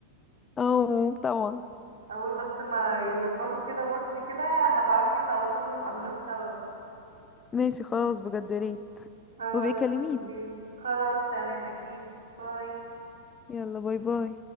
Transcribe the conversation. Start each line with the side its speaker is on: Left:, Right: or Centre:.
Left: اه طبعا
Right: أول بس ما يظبطوا كده ماتش كده هبعتلك على طول نبقى نروح سوا
Left: ماشي خلاص بجد يا ريت
Right: خلاص
Left: وبيكلميني
Right: اوكي خلاص تمام أكيد باي
Left: يلا باي باي